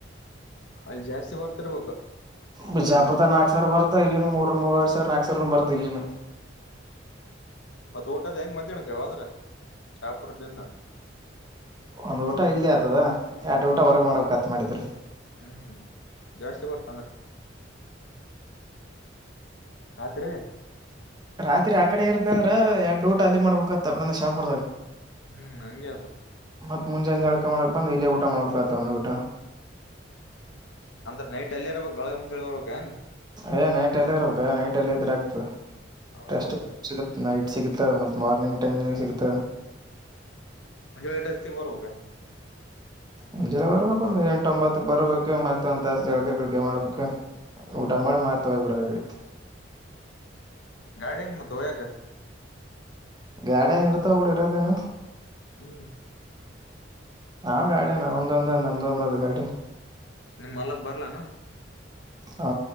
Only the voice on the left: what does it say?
ಅಲ್ಲಿ ಜಾಸ್ತಿ ಬರ್ತಿರ್ಬೇಕು.
ಮತ್ತ್ ಊಟಅದ್ಹೆಂಗ್ ಮಧ್ಯಾಹನಕ ಹೋದ್ರ ಶಾಪುರ ದಿನ್ನಾ.
ಹ್ಮ್, ಜಾಸ್ತಿ ಬರ್ತ ಅಂದ್ರ ರಾತ್ರಿ
ಹ್ಮ್, ಹಂಗೆ ಆದ ಮತ್ತ-
ಅಂದ್ರ ನೈಟ್ ಅಲ್ಲಿ ಇರಬೇಕ ಬೆಳಗ ಮುಂಜಾನೆ ಬರ್ಬೇಕಾ ಏನ್.
ಹೌದೌದು
ಮುಂಜಾನೆ ಎಷ್ಟೊತ್ತಿಗೆ ಬರಬೇಕು.
ಗಾಡಿ ಹೆಂಗ್ ಮತ್ತೆ ವಯೋಕ್ಕೆ
ಹ್ಮ್.
ನಿಮ್ಮ ಮಲಪ್ಪ ಬರ್ಲಲೇನು.